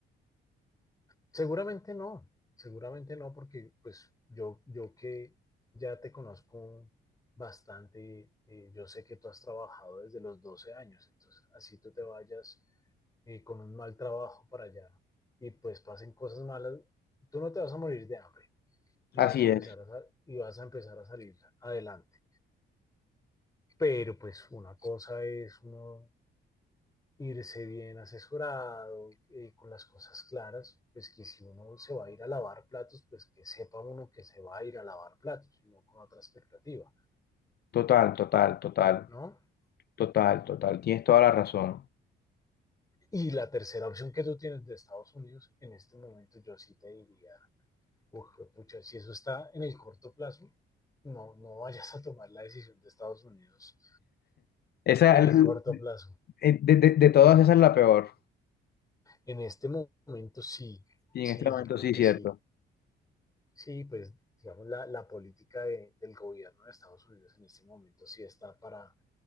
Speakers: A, on the left; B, on the left.
A: Seguramente no, seguramente no, porque pues yo, yo que ya te conozco bastante, eh, yo sé que tú has trabajado desde los 12 años, entonces así tú te vayas eh, con un mal trabajo para allá y pues pasen cosas malas, tú no te vas a morir de hambre y
B: Así
A: vas a empezar
B: es.
A: a, y vas a, empezar a salir adelante. pero pues una cosa es uno irse bien asesorado, eh, con las cosas claras, pues que si uno se va a ir a lavar platos, pues que sepa uno que se va a ir a lavar platos, y no con otra expectativa,
B: Total, total, total,
A: ¿no?
B: total, total. Tienes toda la razón.
A: Y la tercera opción que tú tienes de Estados Unidos, en este momento yo sí te diría, uff, pucha, si eso está en el corto plazo, no, no vayas a tomar la decisión de Estados Unidos
B: Esa,
A: en
B: el-
A: el corto plazo.
B: eh, de, de- de todas, esa es la peor.
A: En este momento sí,
B: Y
A: sí,
B: en este momento
A: yo creo
B: sí,
A: que
B: cierto.
A: sí. Sí, pues digamos, la, la política de- del gobierno de Estados Unidos en este momento sí está para